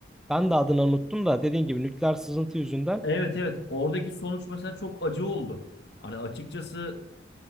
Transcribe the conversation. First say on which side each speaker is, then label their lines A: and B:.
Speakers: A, in the centre; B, on the left.
A: ben de adını unuttum da dediğin gibi nükleer sızıntı yüzünden.
B: Evet evet. Oradaki sonuç mesela çok acı oldu. Hani açıkçası